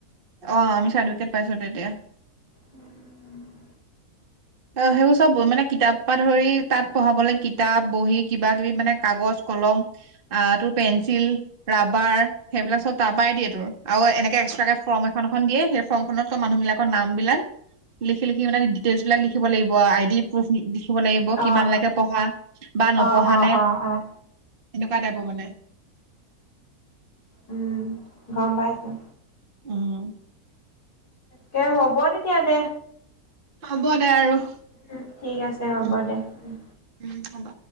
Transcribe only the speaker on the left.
উম উম।
অ'
অ' অ'
অ' অ'
উম গম পাইছোঁ।
তাকে হ'ব তেতিয়া দে।
উম ঠিক আছে হ'ব
দে উম।